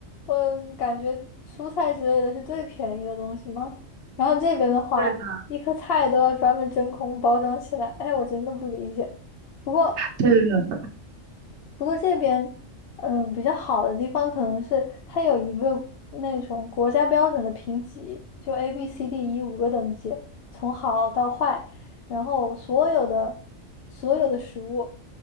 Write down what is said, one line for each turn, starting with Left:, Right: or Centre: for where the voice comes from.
Left: 我感觉蔬菜之类的是最便宜的东西嘛，然后这边的话，
Right: 对的，
Left: 一颗菜都要专门真空包装起来，哎，我真的不理解。不过。
Right: 对的，
Left: 不过这边，嗯，比较好的地方可能是它有一个那种国家标准的评级，就 A、B、C、D、E 五个等级，从好到坏，然后所有的所有的食物，